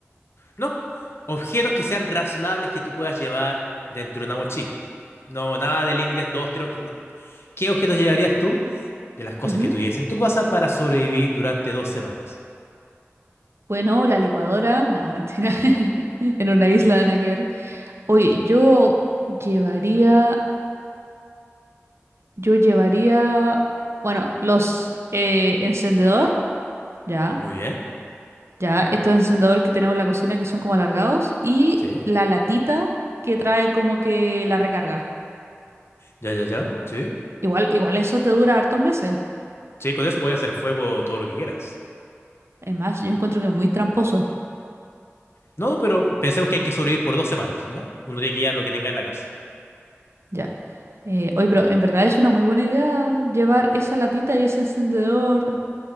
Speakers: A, on the left; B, on the right.
A: No. Objetos que sean razonables que tú puedas llevar dentro de una mochila. No, nada de límites, dos, tres objetos. No. ¿Qué objetos llevarías tú de las cosas
B: Ujú.
A: que tuvieras en tu casa para sobrevivir durante dos semanas?
B: Bueno, la licuadora. No, mentira. <laughs> En una isla, nada que ver. Oye, yo llevaría. Yo llevaría. Bueno, los eh, encendedor. Ya.
A: Muy bien.
B: Ya, estos encendedores que tenemos en la cocina que son como alargados y
A: Sí.
B: la latita que trae como que la recarga.
A: Ya, ya, ya. Sí.
B: Igual, igual eso te dura hartos meses.
A: Sí, con eso puedes hacer fuego todo lo que quieras.
B: Es más, yo encuentro que es muy tramposo.
A: No, pero pensemos que hay que sobrevivir por dos semanas, ¿ya? Uno tiene que llevar lo que tenga en la casa.
B: Ya. Eh, oye, pero en verdad es una muy buena idea llevar esa latita y ese encendedor.